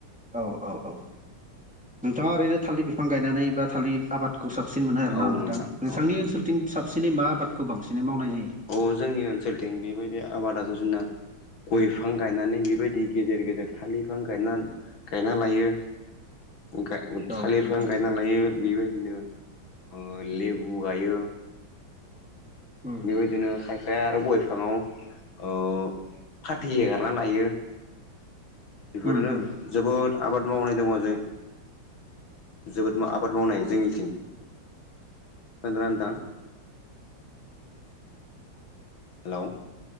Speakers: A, in the centre; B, on the left (about 85°).
A: औ औ औ नोंथाङा ओरैनो थालिर बिफां गायनानै बा थालिर आबादखौ साबसिन मोनो आरोना
B: औ
A: नोंथां नोंथांनि
B: औ
A: ओनसोलथिं साबसिनै मा आबादखौ बांसिनै मावनाय जायो?
B: अ जोंनि ओनसोलथिं बेबायदि आबादाथ जोंना गय बिफां गायनानै बेबायदि गेजेर गेजेर थालिर बिफां गायना गायना लायो गा
A: जायो
B: थालिर
A: औ नोंथां
B: फिफां‌ गायना लायो बेबायदिनो ओ लेबु गायो
A: उम
B: बेबायदिनो खायफाया आरो गय बिफाङाव ओ फाथै हेगारना लायो बेफोरनो
A: उम उम
B: जोबोद आबाद मावनाय दङ जों जोबोद आबाद मावनाय जोंनिथिं खोनादोना नोंथां? हेलौ